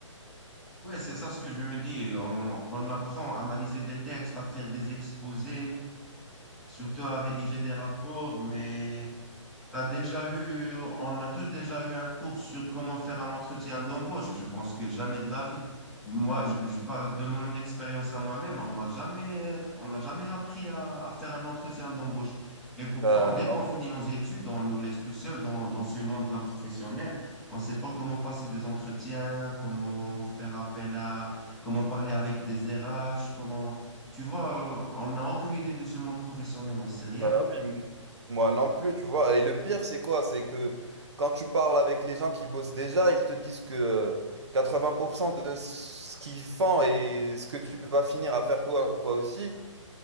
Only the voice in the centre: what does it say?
Ouais, c'est ça ce que je me dis. On, on apprend à analyser des textes, à faire des exposés, surtout à rédiger des rapports, mais T'as déjà eu, on a tous déjà eu un cours sur comment faire un entretien d'embauche. Je pense que jamais de la vie. Moi, je, je parle de mon expérience à moi-même. On m'a jamais, on n'a jamais appris à, à faire un entretien d'embauche. Et pourtant,
dès
qu'on
finit nos études, on nous laisse tout seuls dans, dans ce monde-là professionnel. On ne sait pas comment passer des entretiens, comment faire appel à, comment parler avec des RH, comment, tu vois, euh, on n'a aucune idée de ce monde professionnel. On ne sait rien
du
tout.